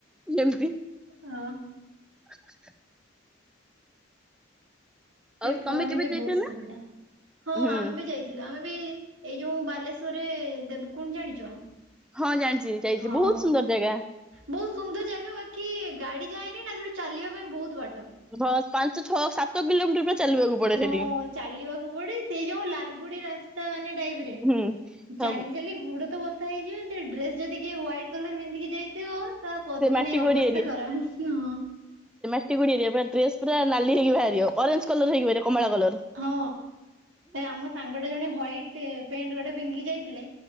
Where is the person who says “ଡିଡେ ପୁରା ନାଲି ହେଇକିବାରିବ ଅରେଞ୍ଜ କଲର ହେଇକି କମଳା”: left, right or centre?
Centre